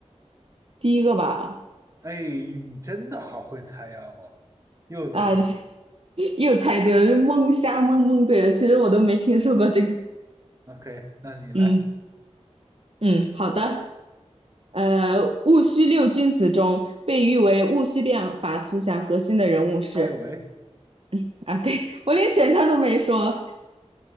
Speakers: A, on the right; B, on the right.
A: 第一个吧，
B: 哎，你真的好会猜呀！哦，又对了。
A: 啊，<laughs> 又猜对了，就蒙瞎蒙蒙对了。其实我都没听说过这个。
B: OK，那你来，
A: 嗯嗯，好的。呃，戊戌六君子中被誉为戊戌变法思想核心的人物是。
B: 康有为。
A: <laughs> 啊，对，我连选项都没说。